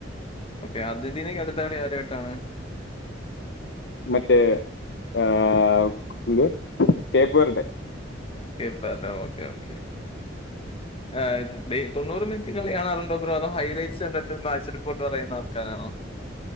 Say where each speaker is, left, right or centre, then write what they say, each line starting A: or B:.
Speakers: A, on the left; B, on the left.
A: ഓക്കെ അർജന്റീനയ്ക്ക് അടുത്ത കളി ആരുമായിട്ടാണ്
B: മറ്റേ ആഹ് എന്ത് Cape Verde
A: Cape Verde okay okay ഏഹ് ടേ തൊണൂറ് മിനിറ്റ് കളി കാണാറുണ്ടോ ബ്രോ അതോ ഹൈലൈറ്റ്സ് കണ്ടിട്ട് മാച്ച് റിപ്പോർട്ട് പറയുന്ന ആൾക്കാരാണോ